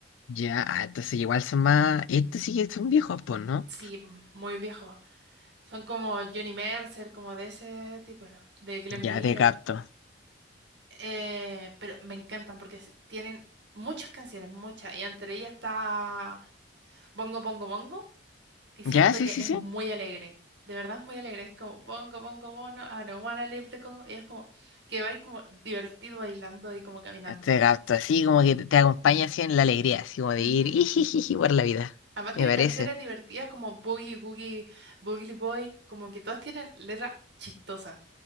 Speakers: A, on the left (about 85°); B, on the right (about 65°).
A: Ya, ah, entonces igual son más. Estos sí que son viejos, pues, ¿no?
B: Sí, muy viejo. Son como Johnny Mercer, como de ese tipo, ¿no? De Glenn
A: Ya
B: Miller.
A: te capto.
B: Eh, pero me encantan porque s- tienen muchas canciones, muchas. Y entre ellas está Bongo Bongo Bongo, que siento
A: Ya, sí,
B: que
A: sí,
B: es
A: sí.
B: muy alegre. De verdad es muy alegre. Es como Bongo Bongo Bongo, I don't wanna leave the Congo. Y es como que va ahí como divertido bailando y como caminando.
A: Te capto, así como que te acompaña así en la alegría, así como de
B: Ujú.
A: ir <laughs> y por la vida.
B: Además
A: Me
B: tienen
A: parece.
B: canciones divertidas como Boogie Boogie, Boogie Boy, como que todas tienen letras chistosas.